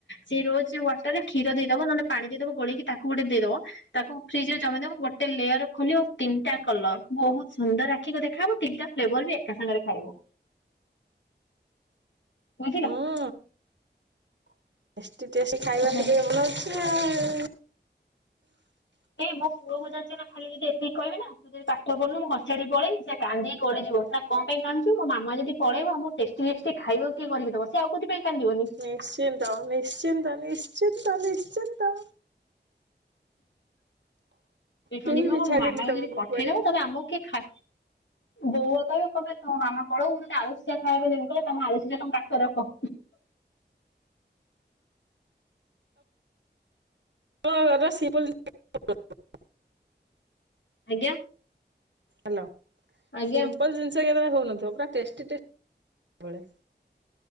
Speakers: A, on the left; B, on the right.
A: ସେଇ ରୋଜ ୱାଟରରେ କ୍ଷୀର ଦେଇଦବ ନହଲେ ପାଣି ଦେଇଦବ ଗୋଳି ତାକୁ ଗୋଟେ ଦେଇଦବ ତାକୁ ଫ୍ରିଜ ରେ ଜମେଇଦବ ଗୋଟେ ଲେୟର ଖୋଲିବ ଆଉ ତିନିଟା କଲର ବହୁତ ସୁନ୍ଦର ଆଖିକି ଦେଖାଯିବ ତିନିଟା ଫ୍ଲେଭର୍ ବି ଏକା ସାଙ୍ଗରେ ଖାଇବ। ବୁଝିଲ।
B: ହୁଁ ଏତେ ଟେଷ୍ଟୀ ଖାଇବା
A: ହୁଁ
B: <unintelligible> ବନଉଛୁ ଆଉ।
A: ଏଇ ମୋ ପୁଅକୁ ଜାଣିଛ ନା ଖାଲି ଯଦି ଏତିିହିବି ନା ତୁ ଯଦି ପାଠ ପଢୁନୁ ମୁଁ ଘର ଛାଡିକି ପଳେଇବି ସେ କାନ୍ଦି କି ଗଡ଼ିଯିବ ନା କଣ ପାଇଁ କାନ୍ଦୁଛୁ ନା ମୋ ମାମା ଯଦି ପଳେଇବ ଆ ମୋତେ ଟେଷ୍ଟି ଟେଷ୍ଟି ଖାଇବାକୁ କିଏ କରିକି ଦବ ସେ ଆଉକଉଥି ପାଇଁ କାନ୍ଦିବନି
B: ନିଶ୍ଚିନ୍ତ ନିଶ୍ଚିନ୍ତ ନିଶ୍ଚିନ୍ତ ନିଶ୍ଚିନ୍ତ।
A: ଏ ଖାଲି
B: କେହି
A: କହିବ
B: ବି ଛାଡିବେନି
A: ମୋ ମାମାକୁ
B: ତମକୁ
A: ଯଦି ପଠେଇଦବ
B: କୁଆଡେ
A: ତାହେଲେ ଆମକୁ କିଏ ଖା ବୋଉ ବା କହିବେ କହିବେ ତମେ ତମ ମାମା ପଳାଉ ମୁଁ ତତେ ଆଳୁସିଝା ଖାଇବାକୁ ଦେବି, ମୁଁ କହିଲି ତମ ଆଳୁସିଝା ତମ ପାଖରେ ରଖ।
B: ହଁ ଏରା ସିମ୍ପୁଲ <unintelligible>
A: ଆଜ୍ଞା।
B: ହାଲୋ
A: ଆଜ୍ଞା
B: ସିମ୍ପୁଲ ଜିନିଷ କେତେଟା <unintelligible> ହଉଥିବ ପୁରା ଟେଷ୍ଟି ଟେଷ୍ଟି ବେଳେ।